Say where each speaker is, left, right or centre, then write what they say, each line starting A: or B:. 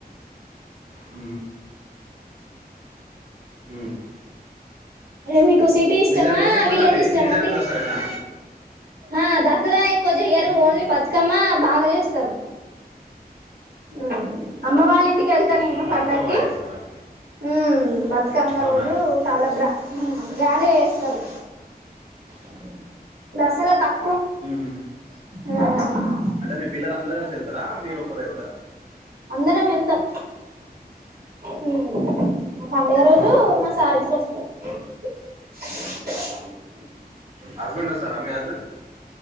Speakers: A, on the right; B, on the right.
A: ఊ ఊ
B: మీకు సిటీ ఇష్టమా
A: సైడ్ ఏ ఫెస్టివల్
B: విలేజ్
A: అండి
B: ఇష్టమా
A: మీ సైడ్
B: అండి
A: దసరేనా
B: ఆ దసరా ఎక్కువ చేయరు
A: మ్మ్.
B: ఓన్లీ బతుకమ్మ బాగా చేస్తారు హు అమ్మ వాళ్ళ ఇంటికి వెళ్తా నేను
A: మ్మ్.
B: పండకి
A: బతుకమ్మ బాగా చేస్తారా
B: ఉ బతుకమ్మ
A: అవునా
B: రోజు చాలా బ్రా గ్రాండ్ గా చేస్తారు ఊ దసరా తకు
A: ఉహు
B: అహ
A: అంటే మీ పిల్లలు అందరుూ కలిసి వెళ్తారా మీరు ఒక్కరే వెళ్తారా
B: అందరం వెళ్తాం హ్మ్ మా పడుగ రోజు మా సార్గిట్లు వస్తారు <unintelligible>
A: హస్బెండ్ వస్తారా మీ హస్బెండ్